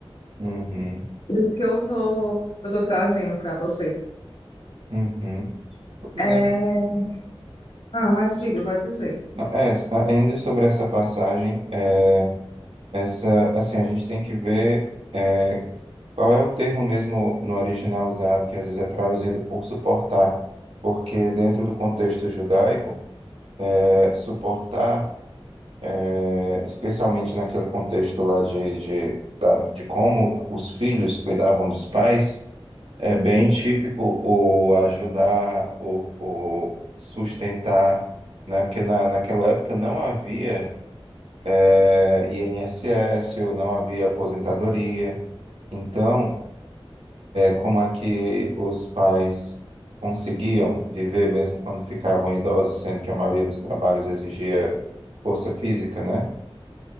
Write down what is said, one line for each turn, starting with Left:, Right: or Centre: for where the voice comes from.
Right: Uhum,
Left: Por isso que eu tô, eu tô trazendo para você.
Right: uhum. Pois
Left: É,
Right: é.
Left: ah, mas diga, pode dizer.
Right: Não, é, ainda sobre essa passagem, é, essa, assim, a gente tem que ver. é, Qual é o termo mesmo no original usado, que às vezes é traduzido por suportar? Porque dentro do contexto judaico, é, suportar, é, especialmente naquele contexto lá de, de, da- de como os filhos cuidavam dos pais, é bem típico o ajudar, o, o sustentar, né? Porque na, naquela época não havia, é, INSS, ou não havia aposentadoria. Então, Como é que os pais conseguiam viver mesmo quando ficavam idosos, sendo que a maioria dos trabalhos exigia força física, né?